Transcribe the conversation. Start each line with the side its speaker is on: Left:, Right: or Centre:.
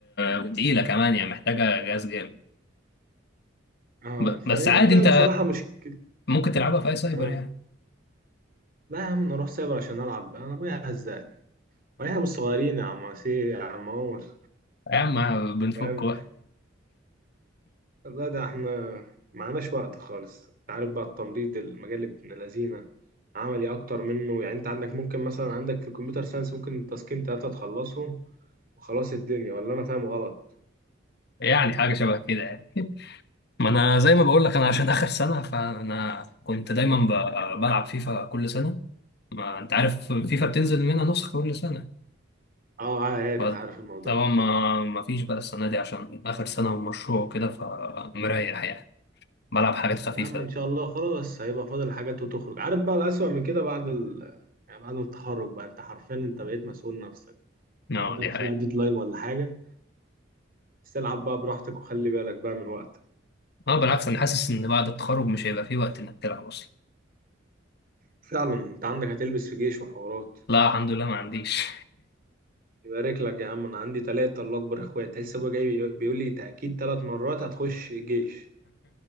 Left: وتقيله كمان يعني محتاجه جهاز جامد
Right: اه
Left: ب-
Right: فهي
Left: بس عادي
Right: دي بقى
Left: انت
Right: بصراحة مشكلة
Left: ممكن تلعبها في اي سايبر
Right: اه
Left: يعني
Right: لا يا عم انا اروح سايبر عشان العب انا ابويا هزقني واحنا مش صغيرين يا عم عسير يا عم عمر
Left: يا عم بنفك
Right: فاهم
Left: وقت
Right: لا ده احنا معناش وقت خالص انت عارف بقى التمريض المجال ابن لذينه عملي اكتر منه يعني انت عندك ممكن مثلا عندك في الكمبيوتر ساينس ممكن تاسكين تلاتة تخلصهم وخلاص الدنيا ولا انا فاهم غلط
Left: يعني حاجه شبه كده يعني <laughs> ما انا زي ما بقول لك انا عشان اخر سنه فانا كنت دايما ب- بلعب فيفا كل سنه ما انت عارف فيفا بتنزل منها نسخة كل سنة
Right: اه عارف
Left: فطبعا
Right: عارف الموضوع ده
Left: ما ما فيش بقى السنة دي عشان آخر سنة ومشروع وكده فمريح يعني بلعب حاجات خفيفة
Right: يا عم ان شاء الله خلاص هيبقى فاضل حاجات وتخرج عارف بقى الأسوأ من كده بعد ال... يعني بعد التخرج بقى انت حرفيا انت بقيت مسؤول نفسك
Left: اه
Right: ما عندكش
Left: دي حقيقة
Right: بقى ديدلاين ولا حاجة بس العب بقى براحتك وخلي بالك بقى من وقتك
Left: اه بالعكس انا حاسس ان بعد التخرج مش هيبقى في وقت انك تلعب اصلا
Right: فعلا انت عندك هتلبس في جيش وحوارات
Left: لا الحمد
Right: ولا
Left: لله
Right: انت
Left: ما عنديش
Right: عندكش يبارك لك يا عم انا عندي تلاتة الله اكبر اخوات لسه ابويا جاي بيقول لي تأكيد تلات مرات هتخش الجيش